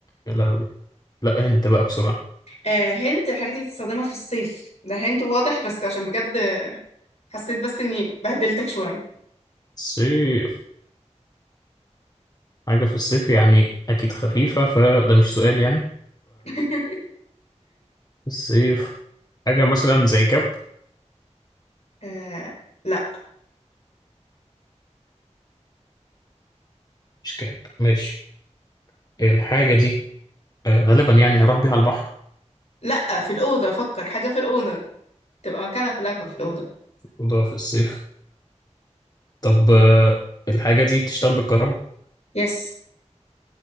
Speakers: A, on the left (about 30°); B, on the left (about 65°).
A: يا لهوي لا أنت بقى بسرعة
B: آه هنت الحاجات دي بتستخدمها في الصيف ده هنت واضح بس عشان بجد حسيت بس إني بهدلتك شوية
A: صيف حاجة في الصيف يعني أكيد خفيفة فده مش سؤال يعني
B: <laughs>
A: فالصيف حاجة مثلا زي كاب
B: آه لا
A: مش كاب ماشي الحاجة دي آه، غالبا يعني هروح بيها البحر
B: لا في الأوضة فكر حاجة في الأوضة تبقى مكانها في الأغلب في الأوضة
A: الأوضة في الصيف طب آه، الحاجة دي بتشتغل بالكهرباء
B: يس